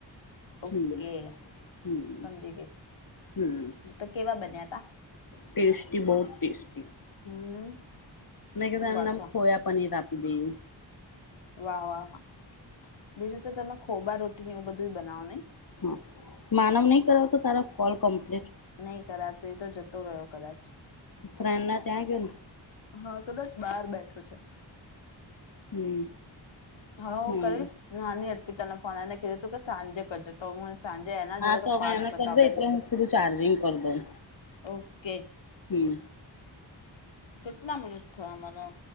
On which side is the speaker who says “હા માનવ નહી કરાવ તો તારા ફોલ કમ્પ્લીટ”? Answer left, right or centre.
Left